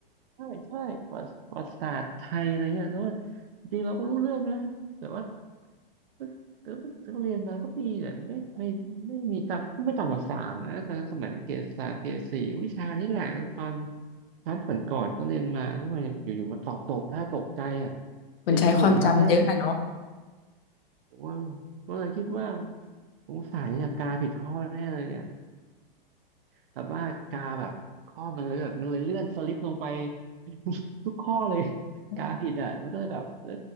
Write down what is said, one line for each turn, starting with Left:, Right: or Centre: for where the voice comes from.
Right: ใช่ใช่ประวัติศาสตร์ไทยอะไรเงี้ยแต่ว่าจริงๆเราก็รู้เรื่องนะแต่ว่าแต่ว่าแต่ว่าเรียนมาก็มีแต่ไม่ไม่ไม่มีต่ำก็ไม่ต่ำกว่าสามนะตอนนั้นสมัยเกรดสามเกรดสี่วิชานี่แหละแล้วตอนชั้นก่อนก่อนก็เรียนมาแล้วมันอยู่ๆมาสอบตกได้ตกใจอ่ะ
Left: มันใช้ความจำเยอะอะเนาะ
Right: ติดศูนย์ครั้งแรกในชีวิตโอ้โหก็เลยคิดว่าสงสัยเนี่ยกาผิดข้อแน่เลยเนี่ย แบบว่ากาแบบข้อมันเลยแบบมันเลยเลื่อนสลิปลงไป <laughs> ทุกข้อเลย
Left: <laughs>
Right: กาผิดอ่ะมันก็เลยแบบเออ